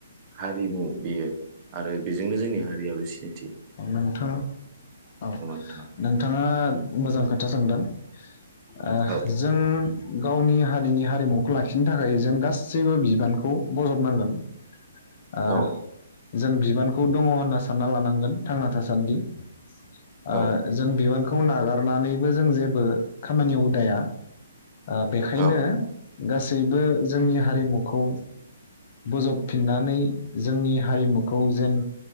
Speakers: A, on the right (about 25°); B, on the left (about 40°).
A: हारिमु बियो आरो बेजोंनो जोंनि हारियाबो सि <unintelligible>
B: औ नोंथां औ
A: नोंथाङा
B: नोंथाङा मोजां खोथा सोंदों <inaudible> ओ
A: औ
B: जों गावनि हारिनि हारिमुखौ लाखिनो थाखाय जों गासैबो बिबानखौ बजबनांगोन ओ
A: औ
B: जों बिबानखौ दङ होनना सानना लानांगोन थांना थासान्दि ओ
A: औ
B: जों बिबानखौ नागार नानैबो जों जेबो खामानियाव उदाया ओ बेखायनो
A: औ
B: गासैबो जोंनि हारिमुखौ बोजबफिननानै जोंनि हारिमुखौ जेन